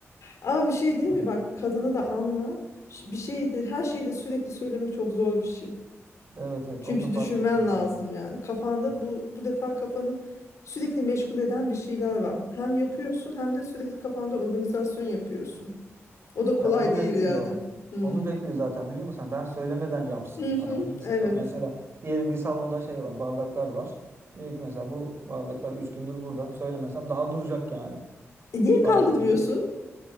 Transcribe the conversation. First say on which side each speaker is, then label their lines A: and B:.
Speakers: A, on the left; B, on the right.
A: Ama bir şey değil
B: Hı.
A: mi? Bak kadını da anla. Ş- Bir şeyde her şeyi de sürekli söylemek çok zor bir şey.
B: Evet evet
A: Çünkü
B: onu da fark
A: düşünmen
B: ettim.
A: lazım
B: ben.
A: yani. Kafanda
B: Hı.
A: bu bu defa kafanı sürekli meşgul eden bir şeyler var. Hem yapıyorsun hem de sürekli kafanda organizasyon yapıyorsun. O da kolay
B: Ya onu
A: değil
B: bekliyor.
A: yani. Hmm.
B: Onu bekliyor zaten biliyor musun? Hani Ben söylemeden yapsın.
A: Hı hı,
B: Hani onu istiyor.
A: evet.
B: Mesela diyelim ki salonda şey var, bardaklar var. Diyor ki mesela bu bardaklar 3 gündür burada. Söylemesem daha duracak yani
A: E niye kaldırmıyorsun?
B: falan gibi.